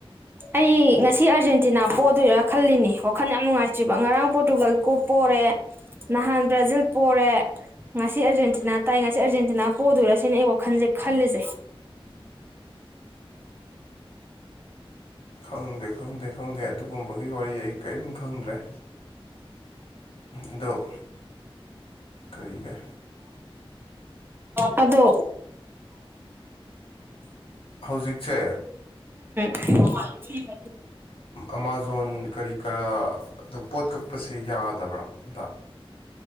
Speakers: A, on the right; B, on the left.
A: ꯑꯩ ꯉꯁꯤ ꯑꯥꯔꯖꯦꯟꯇꯤꯅꯥ ꯄꯣꯗꯣꯏꯔꯥ ꯈꯜꯂꯤꯅꯦ ꯋꯥꯈꯜ ꯌꯥꯝ ꯅꯨꯡꯉꯥꯏꯇ꯭ꯔꯤꯕ ꯉꯔꯥꯡ ꯄꯣꯔꯇꯨꯒꯜ ꯀꯣ ꯄꯣ ꯄꯣꯔꯦ ꯅꯍꯥꯟ ꯕ꯭ꯔꯥꯖꯤꯜ ꯄꯣꯔꯦ ꯉꯁꯤ ꯑꯔꯖꯦꯟꯇꯤꯅꯥ ꯇꯥꯏ ꯉꯁꯤ ꯑꯔꯖꯦꯟꯇꯤꯅꯥ ꯄꯣꯗꯣꯏꯔꯁꯤꯅ ꯑꯩ ꯋꯥꯈꯟꯖꯦ ꯈꯜꯂꯤꯁꯦ
B: ꯪꯪꯈꯪꯗꯦ ꯈꯪꯗꯦ ꯈꯪꯗꯦ ꯑꯗꯨꯒꯨꯝꯕꯒꯤ ꯋꯥꯔꯤ ꯑꯩ ꯀꯔꯤꯝ ꯈꯪꯗ꯭ꯔꯦ ꯑꯗꯣ ꯀꯔꯤꯒꯦ
A: ꯑꯗꯣ
B: ꯍꯧꯖꯤꯛꯁꯦ
A: <inaudible>
B: ꯑꯃꯥꯥꯖꯣꯟ ꯀꯔꯤ ꯀꯔꯥ ꯑꯗ ꯄꯣꯠ ꯀꯛꯄꯁꯦ ꯌꯥꯗꯕ꯭ꯔꯥ ꯑꯝꯇ